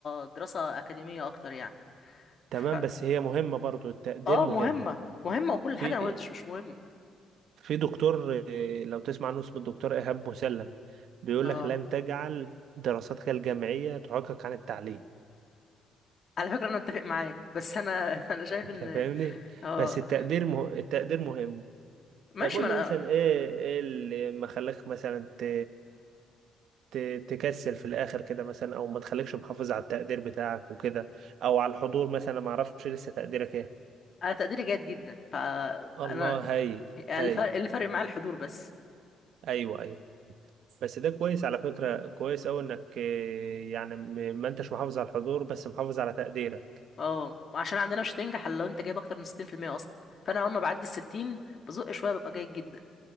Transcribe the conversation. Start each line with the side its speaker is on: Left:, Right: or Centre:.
Left: دراسه اكاديميه اكتر يعني
Right: تمام
Left: ف...
Right: بس هي مهمة برضو التقدير
Left: اه
Right: مهم
Left: مهمه مهمه وكل
Right: في
Left: حاجه انا ما قلتش مش مهمه
Right: في دكتور آه، لو تسمع عنه اسمه الدكتور إيهاب مسلم بيقول
Left: اه
Right: لك لن تجعل دراستك الجامعية تعوقك عن التعليم
Left: على فكره انا متفق معاه بس انا <laughs> انا شايف
Right: انت
Left: ان
Right: فاهمني
Left: اه
Right: بس التقدير مه... التقدير مهم
Left: ماشي
Right: طب قول
Left: ما انا
Right: لي مثلا ايه ايه اللي ما خلاك مثلا ت... ت... تكسل في الاخر كده مثلا او ما تخليكش محافظ على التقدير بتاعك وكده او على الحضور مثلا ما اعرفش لسه تقديرك ايه
Left: انا تقديري جيد جدا فانا
Right: الله هايل
Left: الفرق
Right: هايل
Left: اللي فارق معايا الحضور بس
Right: ايوه ايوه بس ده كويس على فكرة كويس أوي إنك آه، يعني م- ما أنتش محافظ على الحضور بس محافظ على تقديرك
Left: اه عشان عندنا مش هتنجح الا لو انت جايب اكتر من 60% اصلا فانا اول ما بعدي ال 60 بزق شويه ببقى جيد جدا